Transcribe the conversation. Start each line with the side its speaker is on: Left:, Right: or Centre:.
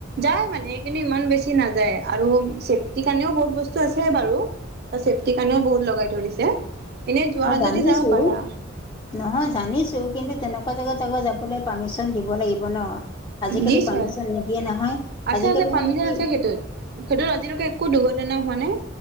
Right: যায় মানে কিন্তু ইমান বেছি নাযায় আৰু চেফটিৰ কাৰণেও বহুত বস্তু আছে বাৰু তাৰ চেফটিৰ কাৰণেও বহুত লগাই ধৰিছে এনেই যোৱা
Left: মই জানিছো
Right: যদি যাওঁ পাৰা
Left: নহয় জানিছোঁ কিন্তু তেনেকুৱা জেগাত জেগা যাবলৈ পাৰ্মিশন দিব লাগিব ন আজিকালি
Right: দিছে
Left: পাৰ্মিশন নিদিয়ে নহয়
Right: আছে
Left: আজিকালি
Right: আছে পাৰ্মিচন
Left: ম নেকি
Right: আছে সেইটোত সেইটোত আজিলৈকে একো দুৰ্ঘটনা হোৱা নাই